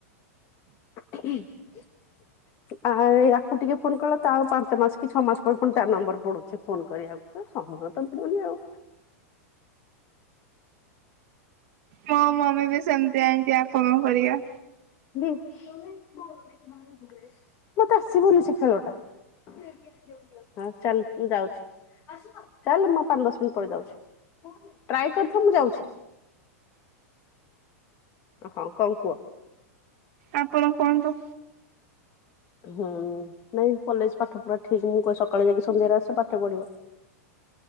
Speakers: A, on the left (about 35°); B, on the right (about 55°).
A: ହୁଁ ହୁଁ ଆ ଏଇ ଆକୁ ଟିକେ ଫୋନ୍ କଲେ ତ ତା ଆଉ ପାଞ୍ଚ ମାସ କି ଛଅ ମାସ ପରେ ପୁଣି ତା ନମ୍ବର ପଡ଼ୁଛି ଫୋନ କରିବାକୁ ସମୟ ତ ମିଳୁନି ଆଉ।
B: ମୋ ମମି ବି ସେମତିଆ ହେଇଛିି ଆପଣଙ୍କ ପରିକା।
A: ମତେ ଆସିବନି ସେ ଖେଳଟା। ହୋଉ ଚାଲ ମୁଁ ଯାଉଛି। ଚାଲ ମୁଁ ପାଞ୍ଚ ଦଶ ମିନିଟ୍ ପରେ ଯାଉଛି ଟ୍ରାଏ କରୁଥା ମୁଁ ଯାଉଛି। ହଁ କଣ କୁହ?
B: ଆପଣ କୁହନ୍ତୁ।
A: ହୁଁ ନାଇଁ କଲେଜ ପାଠ ପୁରା ଠିକ ମୁଁ କହ ସକାଳେ ଯାଇକି ସନ୍ଧ୍ୟାରେ ଆସ ପାଠ ପଢିବ।